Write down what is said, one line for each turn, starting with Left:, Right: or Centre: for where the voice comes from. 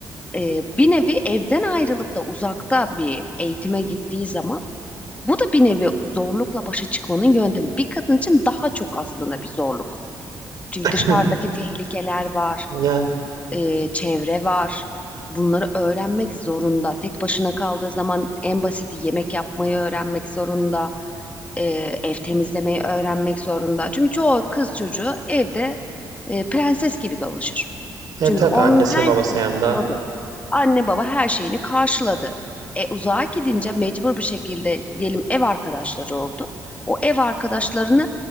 Left: e, bir nevi evden ayrılıp da uzakta bir eğitime gittiği zaman bu da bir nevi zorlukla başa çıkmanın yöntemi. Bir kadın için daha çok aslında bir zorluk. Çünkü
Right: <laughs>
Left: dışarıdaki tehlikeler var,
Right: Yani
Left: e, çevre var. Bunları öğrenmek zorunda. Tek başına kaldığı zaman en basiti yemek yapmayı öğrenmek zorunda. e, ev temizlemeyi öğrenmek zorunda. Çünkü çoğu kız çocuğu evde e, prenses gibi dolaşır.
Right: e
Left: Çünkü
Right: tabii
Left: onun
Right: annesinin
Left: her
Right: babasının
Left: şey...
Right: yanında
Left: Tabii. Anne baba her şeyini karşıladı. E, uzağa gidince mecbur bir şekilde diyelim ev arkadaşları oldu. O ev arkadaşlarını